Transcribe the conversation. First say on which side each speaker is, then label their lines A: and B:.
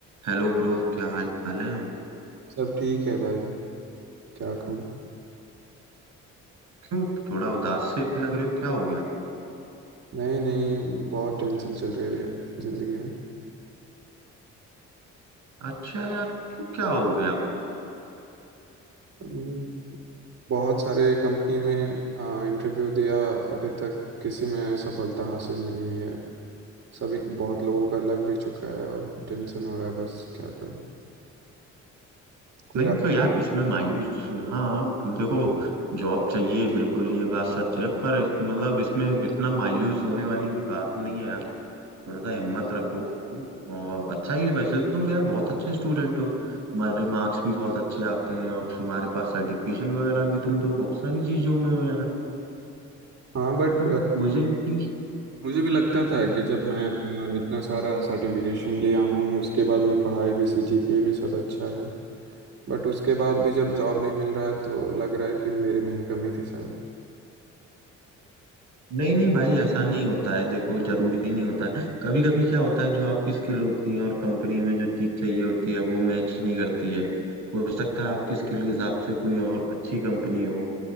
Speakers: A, on the right; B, on the right.
A: Hello bro क्या हाल चाल है
B: सब ठीक है भाई क्या कहूँ
A: क्यों थोड़ा उदास से लग रहे हो क्या हो गया
B: नहीं नहीं बहुत टेंशन चल रही है अभी जिंदगी में
A: अच्छा यार क्यों क्या हो गया
B: हम्म, बहुत सारे कंपनी में इंटरव्यू दिया अभी तक किसी में सफलता हासिल नहीं हुई है सभी बहुत लोगों का लग भी चुका है और टेंशन हो रहा है बस क्या करूँ कोई
A: नहीं
B: रा...
A: तो यार इसमें मायूस हाँ देखो जॉब चाहिए बिल्कुल ये बात सच है पर इस, मतलब इसमें इतना मायूस होने वाली भी बात नहीं है यार थोड़ा सा हिम्मत रखो और अच्छा ही वैसे तो तुम यार बहुत अच्छे स्टूडेंट हो तुम्हारे मार्क्स भी बहुत अच्छे आते हैं और तुम्हारे पास सर्टिफिकेशन वगैरह भी तुम तो बहुत सारी चीजों में हो यार
B: हाँ बट
A: तो मुझे भी
B: मुझे भी लगता था कि जब मैं अ, इतना सारा सर्टिफिकेशन लिया हूँ उसके बाद मैं पढ़ाई भी सी जी पी ए भी सब अच्छा है बट उसके बाद भी जब जॉब नहीं मिल रहा है तो लग रहा है कि मेरे में ही कमी थी शायद
A: नहीं नहीं भाई ऐसा नहीं होता है देखो जरूरी नहीं होता है कभी कभी क्या होता है जो आपकी स्किल होती है और कंपनी में जो चीज चाहिए होती है वो मैच नहीं करती है हो सकता है आपके स्किल के हिसाब से कोई और अच्छी कंपनी हो